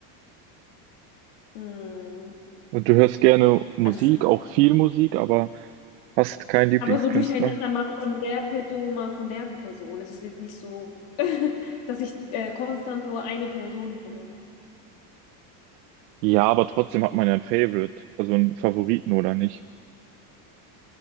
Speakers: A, on the left; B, on the right.
A: mh,
B: Du hörst gerne Musik,
A: also
B: auch viel Musik, aber hast keinen Lieblingskünstler?
A: Aber so durcheinander, mal von der Person, mal von der Person. Es ist eben nicht so, <laughs> dass ich äh, konstant nur eine Person höre.
B: Ja, aber trotzdem hat man ja ein Favorite, also einen Favoriten oder nicht.